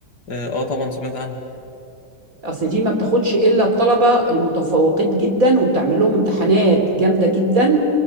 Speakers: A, on the left (about 60°); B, on the right (about 45°).
A: اه آه، طبعا سمعت عنها
B: أصل دي ما بتاخدش إلا الطلبة المتفوقين جدا وبتعمل لهم امتحانات جامدة جدا